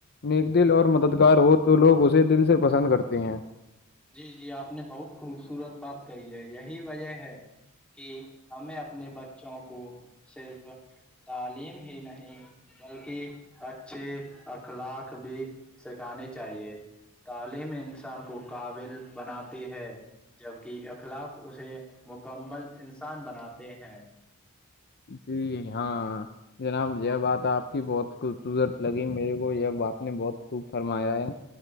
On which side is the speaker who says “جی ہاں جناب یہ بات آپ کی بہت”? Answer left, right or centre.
Left